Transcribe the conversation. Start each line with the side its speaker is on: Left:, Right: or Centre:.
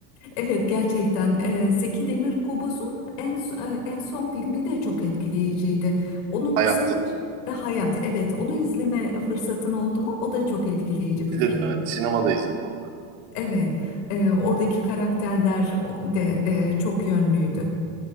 Left: Evet, gerçekten e, Zeki Demirkubuz'un en e, en son filmi de çok etkileyiciydi. Onun
Right: Hayat.
Left: ismi e, Hayat. Evet, onu izleme fırsatın oldu mu? O da çok etkileyici bir
Right: izledim.
Left: film.
Right: evet. Sinemada izledim onu da.
Left: Evet, e, oradaki karakterler o- de e, çok yönlüydü.